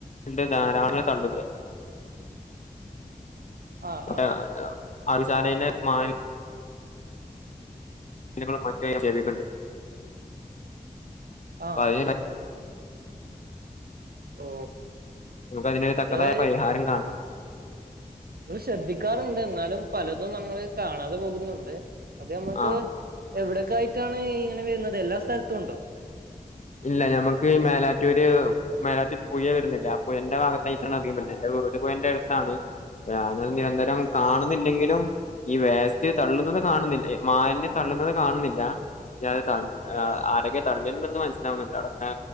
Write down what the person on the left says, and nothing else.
ഇണ്ട് ധാരാളം <unintelligible>
വടെ
അറവ്ശാലെന്റെ മാലി ഞങ്ങളും മറ്റ് നിക്ഷേപിക്കുന്നുണ്ട്
അപ്പം അതിനെ പറ്റി
നമുക്ക് അതിനൊരു തക്കതായ
പരിഹാരം കാണണം
ആഹ്
ഇല്ല ഞമ്മക്ക്ഈ മേലാറ്റൂര് മേലാറ്റുര് പുഴ വരുന്നില്ലേ ആ പുഴന്റെ ഭാഗത്തായിട്ടാണ് അധികം വരുന്നദ് എന്റെ വീ ട് പുഴന്റെ അടുത്താണ് ഞാനത് നിരന്തരം കാണുന്നില്ലെങ്കിലും ഈ വേസ്റ്റ് തള്ളുന്നത് കാണുന്നില്ല മാലിന്യം തള്ളുന്നത് കാണുന്നില്ല പക്ഷ അത് ത
ആരോക്കെ തള്ളിണ്ടെന്ന് മനസ്സിലാവുന്നുണ്ടോ അവിടെ ങ്ങനെ